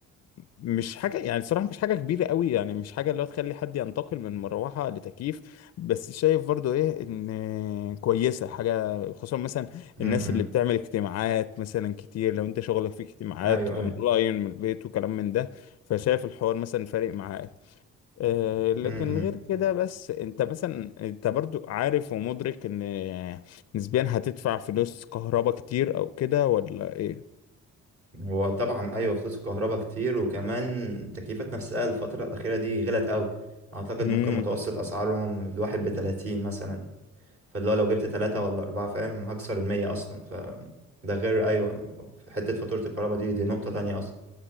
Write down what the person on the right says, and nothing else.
م-
م.
ايوه
ايوه
م- م.
هو طبعا ايوه فلوس الكهرباء كتير وكمان التكييفات نفسها الفترة الأخيرة دي غلت قوي اعتقد
ممكن متوسط اسعارهم الواحد بتلاتين مثلا فاللي هو لو جبت تلاتة ولا أربعة فاهم هكسر المية اصلا ف ده غير ايوه حتة فاتورة الكهرباء دي دي نقطة تانية اصلا